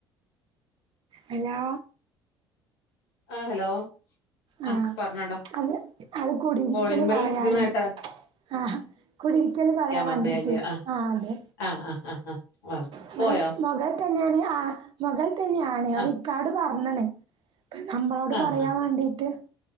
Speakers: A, on the right (about 40°); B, on the left (about 65°).
A: ഹലോ.
B: ആഹ് ഹലോ.
A: ആഹ്
B: ആ പറഞ്ഞോടാ
A: അത് അത് കുടിയിരിക്കല്
B: കോളിങ് ബെല്ല്
A: പറയാന്
B: അടിക്കുന്ന കേട്ടായിരുന്നു.
A: ആഹ് കുടിയിരിക്കല് പറയാൻ വേണ്ടീട്ട്
B: വന്നേല്ലിയോ ആ
A: ആഹ് അതെ.
B: ആഹ് ആഹ് ആഹ് ആഹ്. വന്നു
A: അവിടെ
B: പോയോ
A: മുകളിൽ തന്നെയാണ് ആഹ് മുകൾ തന്നെയാണ് അവർ
B: ആഹ്
A: ഇക്കയോട് പറഞ്ഞിണ്. നമ്മളോട്
B: ആഹ്
A: പറയാൻ
B: ആഹ്
A: വേണ്ടീട്ട്